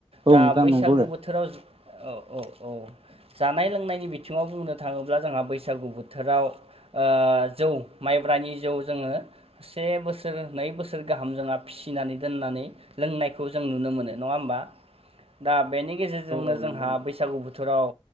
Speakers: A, on the right; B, on the right.
A: औ
B: दा
A: नोंथां
B: बैसागु
A: नंगौ औ
B: बोथोराव औ औ औ। जानाय लोंनायनि बिथिङाव बुंनो थाङोब्ला जोंहा बैसागु बोथोराव आ जौ। माइब्रानि जौ जोङो से बोसोर नै बोसोर गाहाम जोंहा फि नानै दोननानै लोंनायखौ जों नुनो मोनो नङा होमबा? दा बेनि गेजेरजोंनो
A: औ
B: जोंहा
A: नंगौ नोंथां
B: बैसागु बोथोराव